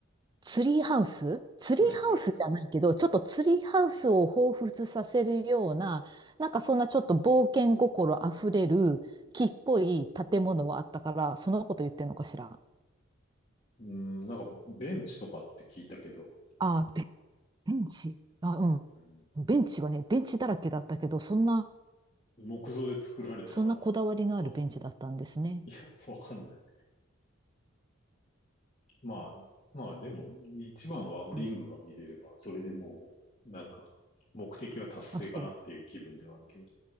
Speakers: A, on the right; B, on the left.
A: ツリーハウスツリーハウスじゃないけど、
B: はいはい。
A: ちょっとツリーハウスを彷彿させるような、なんかそんなちょっと冒険心あふれる木っぽい建物はあったから、そのこと言ってるのかしら。
B: うん、なんかベンチとかって聞いたけど、
A: あー、ベベンチ。あ、う
B: うん、
A: ん。ベンチはね、ベンチだらけだったけど、そんな、
B: 木造で作られてなかった。
A: そんなこだわりのあるベンチだったんですね。
B: まあ、いや、そうわかんない。まあ、まあでも、一番はリングが見れれば、
A: うん。
B: それでもう、なんか、目的は達成かなっていう気分ではあるけど。
A: あ、そう。